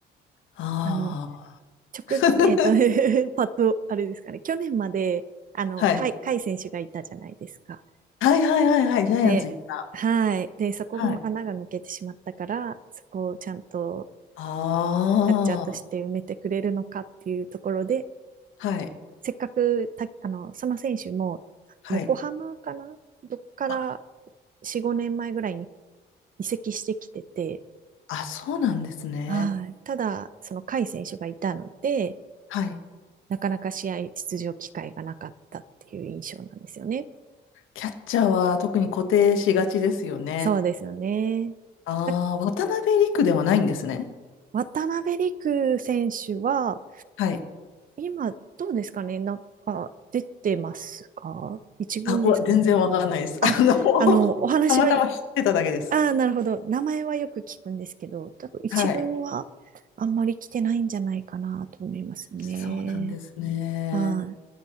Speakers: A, on the left; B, on the right.
A: ああ。
B: あの、直、
A: <laughs>
B: えっと、<laughs> パッと、あれですかね、去年まで、あの、
A: はい。
B: 甲斐甲斐選手がいたじゃないですか。
A: はいはいはいはい。ジャイアンツ行った。
B: で、はい。で、そこも穴が抜けてしまったから、
A: はい。
B: そこをちゃんと
A: ああ。
B: キャッチャーとして埋めてくれるのかっていうところで、
A: はい。
B: せっかくた、あの、その選手も、
A: はい。
B: 横浜かなどっから
A: あ、
B: 4、5年前ぐらいに移籍してきてて、
A: あ、そうなんですね。
B: はい。ただ、その甲斐選手がいたので、
A: はい。
B: なかなか試合出場機会がなかったっていう印象なんですよね。
A: キャッチャーは特に固定しがちですよね。
B: そうですよね。
A: ああ、
B: だ
A: 渡辺陸ではないんですね。
B: 渡辺陸選手は、
A: はい。
B: 今、どうですかね、なんか出てますか、一軍ですかね。
A: あ、うわ、全然わかんないです。
B: あ、
A: <laughs> あの、
B: あの、
A: <laughs>
B: お話は、
A: たまたま知ってただけです。
B: あーなるほど、名前はよく聞くんですけど、多分一軍はあんまり来てないんじゃないかなと思いますね。
A: はい。そうなんですね。
B: は